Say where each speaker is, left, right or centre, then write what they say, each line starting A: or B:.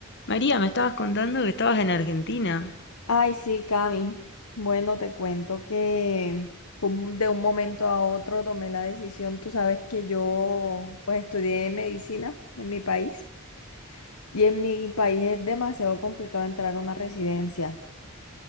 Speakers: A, on the left; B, on the left.
A: María, me estabas contando que estabas en Argentina.
B: Ay, sí, Cami. Bueno, te cuento que fue un- de un momento a otro tomé la decisión. Tú sabes que yo pues estudié medicina en mi país y en mi país es demasiado complicado entrar a una residencia.